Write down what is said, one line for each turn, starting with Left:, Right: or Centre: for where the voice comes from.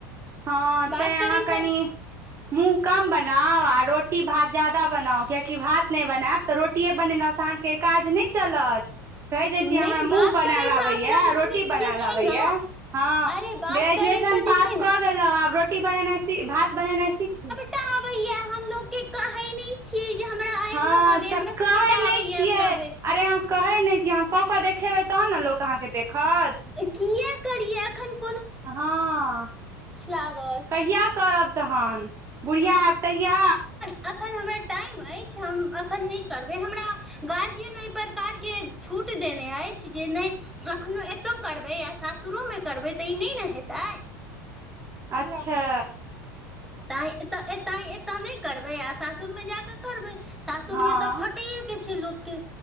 Right: हँ
Centre: बात
Right: तैं अहाँ
Centre: करयसँ
Right: कनि मुँह कम बनाउ आ रोटी भात ज्यादा बनाउ कियैकि भात नै बनैब तऽ रोटीए बनेलासँ अहाँके काज नै चलत। कहय जे
Centre: नहि
Right: छी हमरा मुँह
Centre: बात
Right: बनैल
Centre: करयसँ
Right: आबैये
Centre: अपना लोकनिक
Right: रोटी बनैल
Centre: जे छै
Right: आबैये
Centre: ने
Right: हँ
Centre: अरे बात
Right: ग्रेजुएशन
Centre: करयसँ जे
Right: पास
Centre: छै ने
Right: कऽ गेलौं आब रोटी बनेनाइ सी भात बनेनाइ सीखू।
Centre: <unintelligible> आबै या हमलोग के कहे मे छिये जे हमरा आइब
Right: हँ
Centre: रहल ऐ
Right: तऽ
Centre: हमरा
Right: कहै
Centre: सभटा
Right: नहि
Centre: आबै
Right: छियै
Centre: ये अपना भैर।
Right: अरे अहाँ कहै नै जे अहाँ कऽ केऽ देखेबै तहन ने लोक अहाँकेँ देखत
Centre: कियै करिये अखन
Right: हँ
Centre: लागल
Right: कहिया करब तहन बुढ़िया हैब तहिया?
Centre: अखन हमर टाइम अछि हम अखन नै करबै हमरा गार्जियन अय प्रकारके छूट देने अइछ जे नै अखनो एतहु करबै आ सासुरोमे करबै तऽ ई नै ने हेतै
Right: अच्छा
Centre: तैँ एतो एत तैँ एतय नहि करबै आ सासुरमे जा कऽ करबै सासुरमे
Right: हँ
Centre: तऽ खटैेयके छै लोकके।